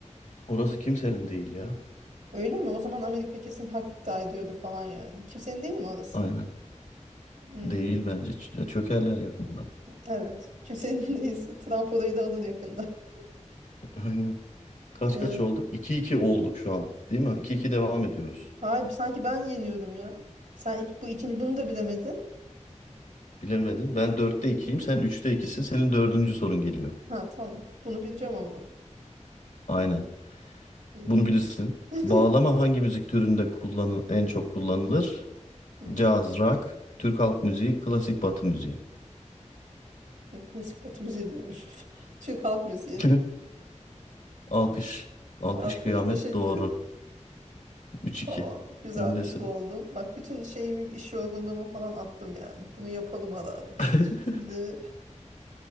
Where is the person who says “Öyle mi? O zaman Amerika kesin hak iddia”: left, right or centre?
Right